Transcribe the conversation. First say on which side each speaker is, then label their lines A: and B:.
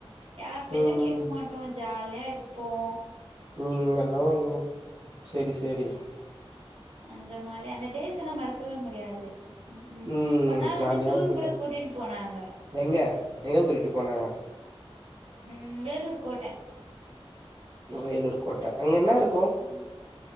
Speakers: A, on the right (about 80°); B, on the right (about 55°).
A: யாருபேச்சும்
B: ம்
A: கேக்க மாட்டோம் ஜாலியா இருப்போம்
B: நீங்க எல்லாம் உ சரி சரி
A: அந்த மாரி அந்த டேஸ் ல்லாம் மறக்கவே முடியாது உம்
B: ம்
A: ஒரு நாள்
B: ஜாலியா
A: வந்து டூர்
B: இருப்பீங்க
A: கூட கூட்டீன் போனாங்க
B: எங்க எங்க கூட்டிட்டு போனாங்க
A: உம் வேலூர் கோட்ட
B: வேலூர் கோட்ட அங்க என்ன இரு
A: உம்